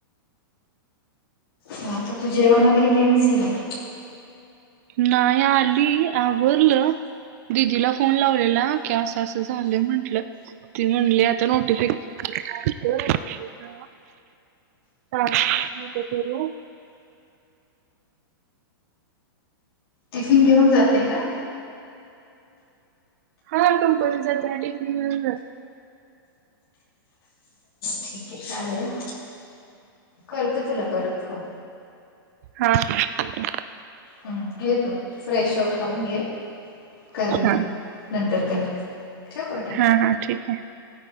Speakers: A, on the left; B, on the right.
A: हा तर तू जेवण वगैरे केलंच की नाही
B: नाही आली आवरल दिदीला फोन लावलेला की असं असं झालंय म्हंटलं ती म्हणली आता नोटिफिकेशन चग करू
A: टिफिन घेऊन जाते का
B: हा कंपनी जात आहेात
A: ठीक आहे चालेल करते तुला परत फोन
B: हा ठीक आहे
A: हम्म घेतो फ्रेश हो खाऊन घे केल
B: हा
A: मग नंतर कराल ठेवक बेटा
B: हा हा ठीक आहे